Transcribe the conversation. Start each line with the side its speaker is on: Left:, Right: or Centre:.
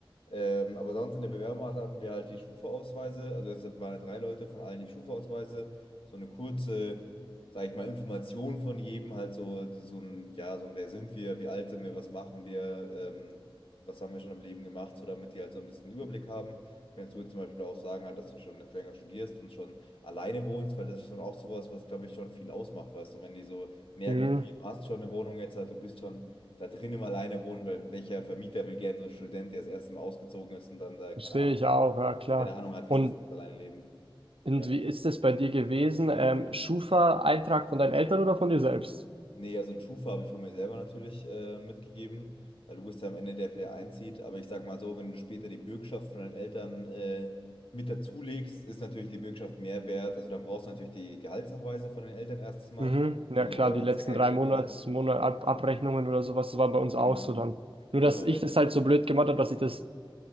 Left: Ähm, aber sonst in der Bewerbung hatten wir halt die Schufa-Ausweise, also es waren halt drei Leute von allen die Schufa-Ausweise, so eine kurze, sage ich mal, Information von jedem, halt so, so ein, ja, so ein, wer sind wir, wie alt sind wir, was machen wir, ähm, was haben wir schon im Leben gemacht, so damit die halt so ein bisschen Überblick haben. Kannst du jetzt zum Beispiel auch sagen, halt, dass du schon jetzt länger studierst und schon alleine wohnst, weil das ist schon auch sowas, was, glaube ich, schon viel ausmacht, weißt du, wenn die so merken,
Right: Mhm.
Left: okay, du hast schon eine Wohnung jetzt, halt, du bist schon da drin im Alleine wohnen, weil welcher Vermieter will gerne so einen Student, der das erste Mal ausgezogen ist und dann da,
Right: Verstehe
Left: keine Ahnung,
Right: ich auch, ja klar.
Left: keine Ahnung hat, wie
Right: Und,
Left: es ist, das alleine leben.
Right: und
Left: Ja.
Right: wie ist das bei dir gewesen? Ähm, Schufa-Eintrag von deinen Eltern oder von dir selbst?
Left: Nee, also einen Schufa habe ich von mir selber natürlich äh, mitgegeben, weil du bist ja am Ende der, der einzieht. Aber ich sag mal so, wenn du später die Bürgschaft von deinen Eltern äh, mit dazulegst, ist natürlich die Bürgschaft mehr wert. Also dann brauchst du natürlich die Gehaltsnachweise von den Eltern erstes Mal.
Right: Mhm. Ja
Left: Also
Right: klar,
Left: du selber
Right: die
Left: hast
Right: letzten
Left: ja kein
Right: drei
Left: Gehalt.
Right: Monats, Monat Ab- Abrechnungen oder sowas, das war bei uns auch
Left: Genau,
Right: so dann. Nur,
Left: genau.
Right: dass ich
Left: ja.
Right: das halt so blöd gemacht habe, dass ich das